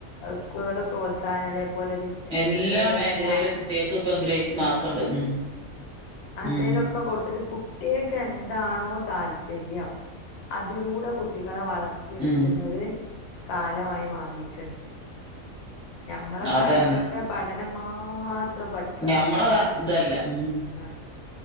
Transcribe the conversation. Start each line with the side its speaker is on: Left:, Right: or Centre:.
Left: സ്കൂളുകള് പ്രോത്സാഹനം അതേപോലെ ചി...
Centre: എല്ലാ
Left: ചിത്രരചന
Centre: മേഖലയിലും കുട്ടിക്ക് ഇപ്പം ഗ്രേസ് മാർക്ണ്ട് ഉം
Left: അന്തേലൊക്കെ
Centre: ഉം
Left: കൊടുത്തിട്ട് കു കുട്ടിക്ക് എന്താണോ താല്പര്യം അതിലൂടെ കുട്ടികളെ വളർ എടുക്കുന്നൊരു
Centre: ഉം
Left: കാലമായി മാറിയിട്ട്ണ്ട് ഞമ്മള കാലത്തൊക്കെ
Centre: അതന്നെ
Left: പഠനം മാത്രം പഠിക്കാ
Centre: ഞമ്മളെ
Left: പഠിക്കാ പഠ
Centre: ഇതല്ല ഉം
Left: ആഹ